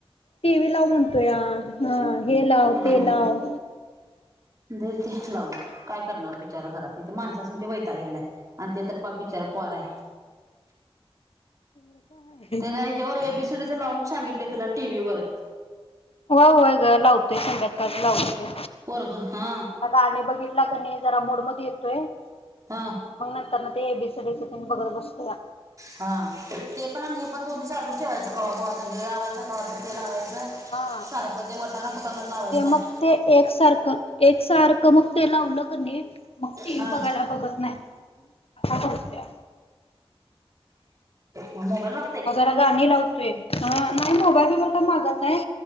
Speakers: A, on the left; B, on the right.
A: टी. व्ही. लाव म्हणतोया, हं, हे लाव, ते
B: देते
A: लाव.
B: देते लावून. काय करणार ब बिचारा घरात. हिथं माणसं असून ते वैताग यायलाय, आणि ते तर पहा बिचारं पोर हाय.
A: हो आहे.
B: त्यानं ह्याच्यावर ए बी सी डी चं लाव म्हणून सांगितलंय तुला, टी व्ही वर.
A: होय होय गं. लावते, संध्याकाळी लावते.
B: पोरगं. हा
A: गाणी बघितला क नाही, जरा मूड मध्ये येतोय.
B: हा
A: आणि मग नंतर ना, ते ए बी सी डी चं पण बघत बसतोया.
B: हा. ते पण आणि हे पण, दोन्ही चालूच ठेवायचं. कवा कवा हे लावायचं ते लावायचं
A: हा
B: सारखं ते वटाना कुटानाच लावायचं
A: ते
B: नाही
A: मग ते एकसारखं एक सारखं मग ते लावलं कणी मग टी व्ही
B: हा
A: बघायला बघत नाही आता बघत्या
B: म मोबाईलला
A: म जरा गाणी लावतोय नाही मोबाईल बीबाईल मागत नाही